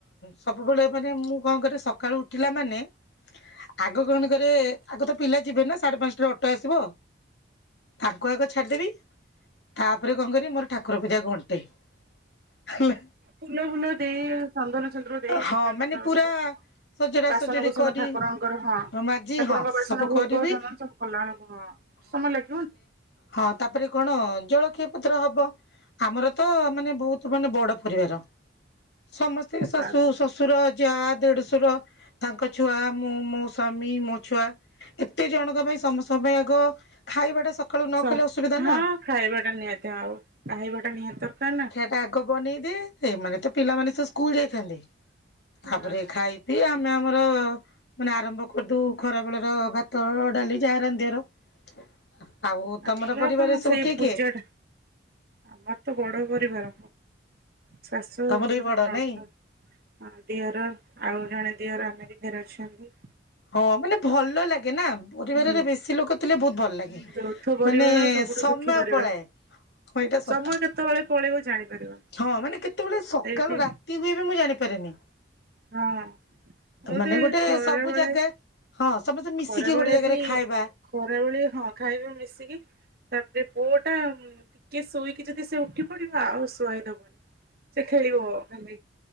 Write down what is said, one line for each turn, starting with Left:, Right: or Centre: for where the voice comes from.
Left: ସବୁବେଳେ ମାନେ ମୁଁ କଣ କରେ ସକାଳୁ ଉଠିଲା ମାନେ ଆଗ କଣ କରେ ଆଗ ତ ପିଲା ଯିବେ ନା ସାଢ଼େ ପାଞ୍ଚଟାରେ ଅଟୋ ଆସିବ ତାଙ୍କୁ ଆଗ ଛାଡ଼ିଦେବି ତାପରେ କଣ କରିବି ମୋର ଠାକୁର ପୂଜା ଘଣ୍ଟେ। ହେଲା
Right: ଫୁଲ ଫୁଲ ଦେଇ ଚନ୍ଦନ ସିନ୍ଦୁର ଦେଇ
Left: ହଁ
Right: ପୂଜା କଲା
Left: ମାନେ ପୁରା
Right: ବେଳୁକୁ
Left: ସଜଡା
Right: ବାସନକୁସନ
Left: ସଜଡି କରି
Right: ଠାକୁରଙ୍କର ହଁ
Left: ମାଜି
Right: ଠାକୁରଙ୍କ
Left: ହଁ
Right: ବାସନ
Left: ସବୁ
Right: ଭୋଗ
Left: କରିବି
Right: ଚନ୍ଦନ ସବୁ କଲା ବେଳକୁ ହଁ ସମୟ ଲାଗିବନି
Left: ହଁ ତାପରେ କଣ ଜଳଖିଆ ପତ୍ର ହବ। ଆମର ତ ମାନେ ବହୁତ ମାନେ ବଡ ପରିବାର। ସମସ୍ତେ
Right: ତା
Left: ଶାଶୁ ଶଶୁର ଯା ଦେଢୁଶୁର ତାଙ୍କ ଛୁଆ ମୁଁ ମୋ ସ୍ୱାମୀ ମୋ ଛୁଆ। ଏତେ ଜଣଙ୍କ ପାଇଁ ସମସ୍ତଙ୍କ ପାଇଁ ଆଗ ଖାଇବାଟା ସକାଳୁ ନ
Right: ସ
Left: କଲେ ଅସୁବିଧା
Right: ହଁ
Left: ନା
Right: ଖାଇବା ଟା ନିହାତି ଆଉ ଖାଇବା ଟା ନିହାତି ଦରକାର ନା।
Left: ପାଗ ବନେଇଦିଏ ଏ ମାନେ ତ ପିଲାମାନେ ତ ସ୍କୁଲ ଯାଇଥାନ୍ତି। ତାପରେ
Right: ହଁ ହଁ।
Left: ଖାଇ ପିଇ ଆମେ ଆମର ମାନେ ଆରମ୍ଭ କରିଦଉ। ଖରା ବେଳର ଭାତ ଡାଲି ଯାହା ରାନ୍ଧିବାର ଆଉ
Right: ଆମର
Left: ତମର ପରିବାରରେ
Right: କଣ
Left: ସବୁ
Right: ସେଇ
Left: କିଏ
Right: ପୂଜା
Left: କିଏ?
Right: ଟା ଆମର ତ ବଡ ପରିବାର ଶାଶୁ,
Left: ତମର
Right: ଶଶୁର,
Left: ବି ବଡ
Right: ନଣଦ।
Left: ନାଇଁ?
Right: ହଁ ଦିଅର ଆଉ ଜଣେ ଦିଅର ଆମେରିକାରେ ଅଛନ୍ତି।
Left: ହଁ ମାନେ ଭଲ ଲାଗେ ନା ପରିବାରରେ
Right: ହୁଁ
Left: ବେଶୀ ଲୋକ ଥିଲେ ବହୁତ ଭଲ ଲାଗେ।
Right: ଯୌଥ ପରିବାର
Left: ମାନେ
Right: ସବୁଠୁ
Left: ସମୟ
Right: ସୁଖୀ ପରିବାର।
Left: ପଳାଏ ହଁ ଏଇଟା ସତ।
Right: ସମୟ କେତେବେଳେ ପଳେଇବ ଜାଣିପାରିବନି।
Left: ହଁ ମାନେ କେତେବେଳେ ସକାଳୁ
Right: ଏଇଠି
Left: ରାତି ହୁଏ ବି ମୁଁ ଜାଣିପାରେନି।
Right: ହଁ ବୋଧେ
Left: ତ ମାନେ ଗୋଟେ
Right: ଖରା
Left: ସବୁ
Right: ବେଳେ
Left: ଜାଗା ହଁ ସମସ୍ତେ ମିଶିକି
Right: ଖରା ବେଳେ
Left: ଗୋଟେ ଜାଗାରେ
Right: ବି
Left: ଖାଇବା।
Right: ଖରାବେଳେ ହଁ ଖାଇବେ ମିଶିକି ତାପରେ ପୁଅ ଟା ଟିକେ ଶୋଇକି ଯଦି ସେ ଉଠି ପଡିବ ଆଉ ଶୁଆଇଦବନି ସେ ଖେଳିବ ଖାଲି।